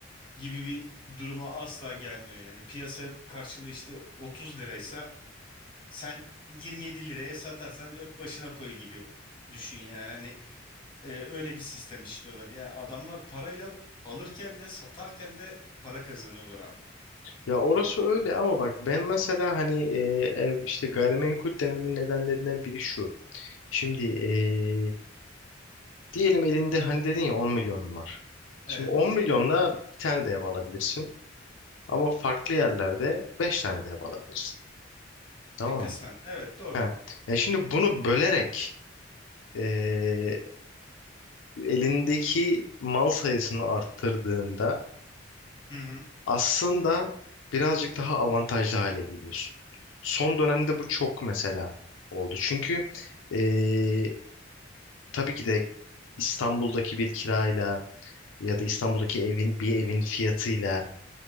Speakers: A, on the left; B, on the left.
A: gibi bir duruma asla gelmiyor yani piyasa karşılığı işte otuz liraysa sen 27 liraya satarsan öp başına koy gibi düşün yani hani e, öyle bir sistem istiyorlar yani adamlar parayla alırken de satarken de para kazanıyorlar abi
B: Ya orası öyle ama bak ben mesela hani e, ev işte gayrimenkul dememin nedenlerinden biri şu. Şimdi e, diyelim elinde hani dedin ya 10 milyonun var.
A: evet
B: Şimdi 10 milyonla bir tane de ev alabilirsin. Ama farklı yerlerde 5 tane de ev alabilirsin. Tamam
A: e, kısmen
B: mı?
A: evet doğru
B: Ha. Ya şimdi bunu bölerek eee, elindeki mal sayısını arttırdığında
A: hı hı
B: aslında birazcık daha avantajlı hale geliyorsun. Son dönemde bu çok mesela oldu. Çünkü eee, tabii ki de İstanbul'daki bir kirayla ya da İstanbul'daki evin bir evin fiyatıyla